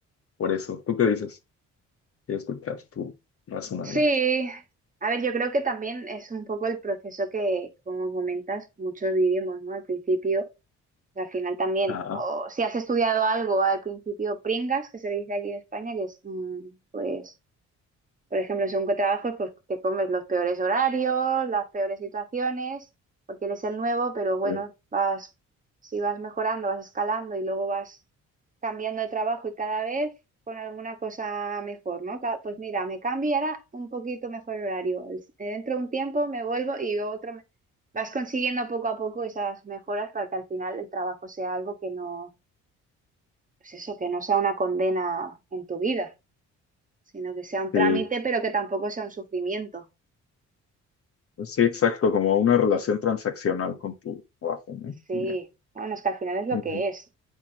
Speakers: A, on the left (about 50°); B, on the right (about 25°).
A: por eso. ¿Tú qué dices? Quiero escuchar tu razonamiento.
B: Sí. A ver, yo creo que también es un poco el proceso que, como comentas, muchos vivimos, ¿no? Al principio Al final también,
A: Ah,
B: o si has estudiado algo al principio pringas, que se le dice aquí en España, que es mm, pues por ejemplo, según qué trabajo, pues te comes los peores horarios, las peores situaciones, porque eres el nuevo, pero bueno,
A: sí,
B: vas, si vas mejorando, vas escalando y luego vas cambiando de trabajo y cada vez con alguna cosa mejor, ¿no? Ca- Pues mira, me cambio y ahora un poquito mejor el horario. El- Dentro de un tiempo me vuelvo y otro... me- Vas consiguiendo poco a poco esas mejoras para que al final el trabajo sea algo que no, pues eso, que no sea una condena en tu vida sino que sea un
A: sí,
B: trámite, pero que tampoco sea un sufrimiento.
A: Pues sí, exacto,
B: Por-
A: como una relación transaccional con tu trabajo, ¿no?
B: Sí,
A: Y ya.
B: bueno, es que al final es lo
A: Ujú.
B: que es.